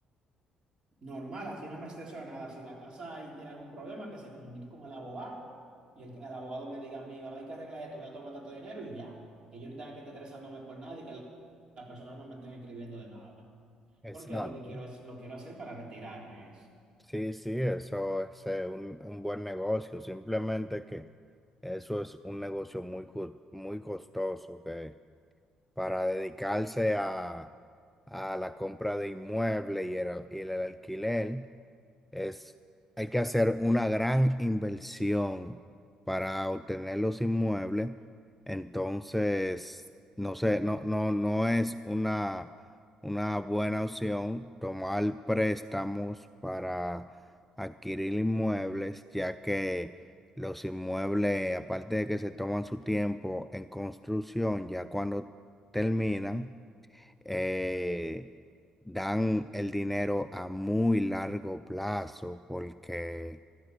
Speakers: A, on the right; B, in the centre.
A: normal, así no me estreso de nada. Si la casa ahí tiene algún problema, que se comunique con el abogado y el, el abogado me diga a mí, hay que arreglar esto, voy a tomar tanto dinero y ya. Que yo no tenga que estar estresándome por nada y que la la persona no me esté escribiendo de nada.
B: Exacto.
A: Porque lo que quiero es, lo quiero hacer para retirarme es.
B: Sí, sí, eso es eh, un, un buen negocio, simplemente que eso es un negocio muy, cu- muy costoso, que para dedicarse a, a la compra de inmuebles y el, al- y el alquiler, es, hay que hacer una gran inversión para obtener los inmuebles. Entonces, no sé, no, no, no es una, una buena opción tomar préstamos para adquirir inmuebles, ya que los inmuebles, aparte de que se toman su tiempo en construcción, ya cuando terminan, eh, dan el dinero a muy largo plazo porque